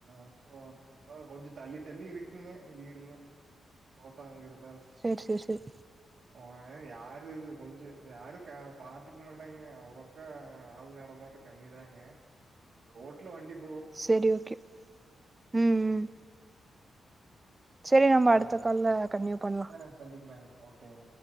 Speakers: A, on the right (about 65°); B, on the right (about 20°).
A: அப்பறோ <unintelligible> கொஞ்சோ தள்ளி தள்ளி இருக்குங்க வீடுங்க தோட்டாங்க இருக்
B: செர் செர் செர்
A: ஓய யாரு இது கொஞ்சு யா அருக்க பாதுக்க மாட்டாங்க அவ்லக்கா ஆல் நடாமாட்டோ கம்மிதாங்க ரோட்ல வண்டிப்
B: செரி ஓகே உம் உம்
A: ம். ம்.
B: செரி நம்ப
A: அப்புறம்
B: அடுத்த கால்ல கண்டினியூ பண்ணலா
A: ஆ சந்திக்கலாங்க. ஓகேங்க